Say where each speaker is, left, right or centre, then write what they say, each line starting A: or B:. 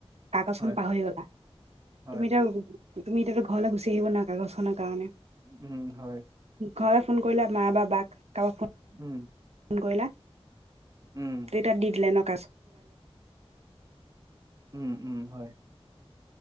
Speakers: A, on the right (about 85°); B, on the right (about 35°).
A: কাগজখন
B: হয়
A: পাহৰি গলা
B: হয়
A: তুমি এতিয়া, তুমি এতিয়া টো ঘৰলৈ গুচি আহিব নোৱাৰা। কাগজখনৰ কাৰণে।
B: উম, হয়।
A: ঘৰলৈ ফোন কৰিলে, মা বা বাক কাৰোবাক,
B: উম!
A: ফোন কৰিলা?
B: উম
A: ত, এতিয়া দি দিলে ন? <inaudible>
B: উম! উম, হয়।